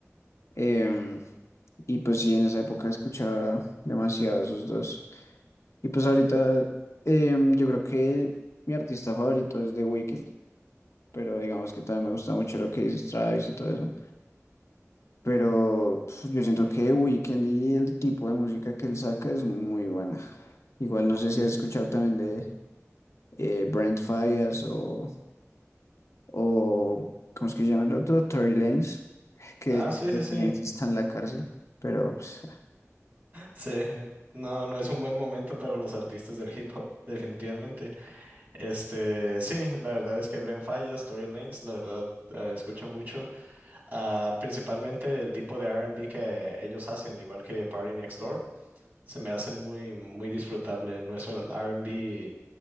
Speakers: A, on the left; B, on the right.
A: em, y pues sí, en esa época escuchaba demasiado esos dos. Y pues ahorita em, yo creo que mi artista favorito es The Weeknd, pero digamos que también me gusta mucho lo que dice Travis y todo eso. Pero pf, yo siento que Weekend y el tipo de música que él saca es muy buena. Igual no sé si has escuchado también de eh, Brent Faiyaz o, o, ¿cómo es que se llama el otro? Tory Lanez, que
B: Ah,
A: de hecho
B: sí,
A: Tory
B: sí, sí.
A: Lanez está en la cárcel. Pero pues, ah,
B: Sí, no, no es un buen momento para los artistas del hip hop, definitivamente. Este, sí, la verdad es que Bren Falla, Story Lanes, la verdad, eh, escucho mucho. Ah, principalmente el tipo de R&B que ellos hacen, igual que Party Next Door, se me hace muy, muy disfrutable. No es un R&B,